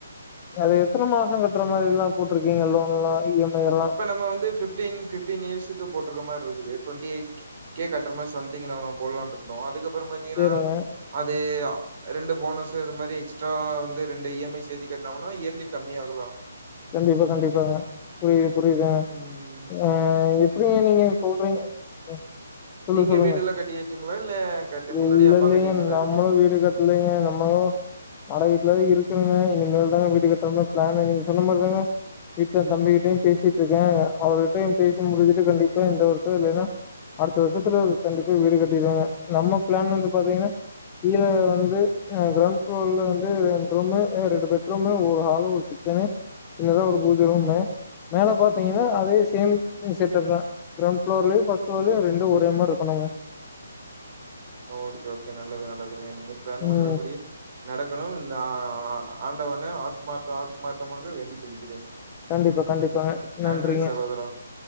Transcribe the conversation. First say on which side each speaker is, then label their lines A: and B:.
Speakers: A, on the left (about 15°); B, on the right (about 35°).
A: அது எத்தன மாசோ கட்ற மாரில்லா போட்டிருக்கீங்க லோன்லா இ எம் ஐ எல்லா
B: இப்ப நம்ம வந்து ஃபிப்டின் ஃபி டீன் இயர்ஸ்கு போட்ருக்க மார்ருக்குது டுவெண்டி எயிட் கே கட்ற மாரி சம்திங் நாம போல்லானு இருந்தோ அதுகப்புறமாத் தீங்கன்னா
A: சேரிங்க
B: அது அ ரெண்டு போனஸ் அது மாரி எக்ஸ்ட்ரா வந்து ரெண்டு இ எம் ஐ சேத்தி கட்னோம்னா இயர்லி கம்மியாகலாம்
A: கண்டிப்பா கண்டிப்பாங்க புரியுது புரியுதுங்க
B: ம்
A: ஆ எப்டிங்க நீங்க சொல்றீங் ம் சொல்லு
B: நீங்க
A: சொல்லுங்க
B: வீடெல்லா கட்டியாச்சுங்களா இல்ல கட்ட முன்னாடியே
A: இல்லேல்லிங்க
B: அப்பா கட்டி வச்சுட்டாருங்களா
A: நம்மளு வீடு கட் இல்லங்க நம்மளு வாடக வீட்லதா இருக்குறோங்க இனிமேல் தாங்க வீட்டு கட்ற மாரி பிளானு சொன்ன மாரி தாங்க வீட்ல தம்பிக்கிட்டையு பேசிட்டு இருக்கே அவர்கிட்டையு பேசி முடிஞ்சுட்டு கண்டிப்பா இந்த வருஷோ இல்லைன்னா அடுத்த வருஷத்துல கண்டிப்பா வீடு கட்டிடுவேங்க நம்ம பிளான் வந்து பாத்தீங்கன்னா கீழ வந்து கிரௌண் ப்ளோர்ல வந்து ரெண்டு ரூமு அ ரெண்டு பெட் ரூம் ஒரு ஹாலு ஒரு கிச்சனு சின்னதா ஒரு பூஜ ரூமு மேல பாத்தீங்கன்னா அதே சேம் செட்டப் தா கிரௌண் ப்ளோர்லயு பஸ் ப்ளோர்லயு ரெண்டு ஒரே மார் இருக்கனுங்க
B: ஓகே ஓகே நல்லது நல்லதுங்க நீங்க பிளான் பண்றபடி
A: ம்
B: நடக்கணு இந்த ஆ ஆண்டவன ஆத்மார்த்த ஆத்மார்த்தமாக வேண்டி கொள்கிறேன்
A: கண்டிப்பா கண்டிப்பாங்க
B: நன்றி
A: நன்றிங்க
B: சகோதரா